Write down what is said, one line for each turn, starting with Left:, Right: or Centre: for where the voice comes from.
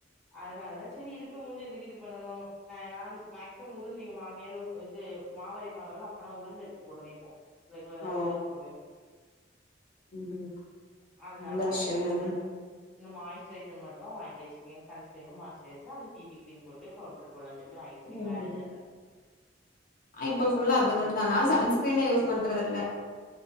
Centre: அதனாலதா செரி இருக்கும் போது எதுக்கு இது பண்ணனு நா நான் மேக்சிமம் உளுந்து எங்க மாமியாரு இது மாவரைப்பாங்களே அப்ப நா உளுந்து எடுத்து போடுவே இப்போ ரெகுலராவே
Left: ஓ
Centre: உழுந்து போடுவே இப்டி
Left: ம்
Centre: அது நல்லா
Left: நல்ல விஷயம்
Centre: அது இருக்குது
Left: தான
Centre: இந்த மாய்ஸ்டூரெய்சர் மட்டு வாங்கி வெச்சிருக்க சன்ஸ்கிரீனு மாய்ஸ்டூரெய்சர் அந்த பிபி கிரீம் போட்டு பவுடர் கொழந்தைக்கூட ஐஸ்ரிக்கு
Left: ம்
Centre: வேற எதுவு இல்ல
Left: இப்ப ஃபுல்லா அது மட்டுதா நா சன்ஸ்கிரீனே யூஸ் பண்றதுல்ல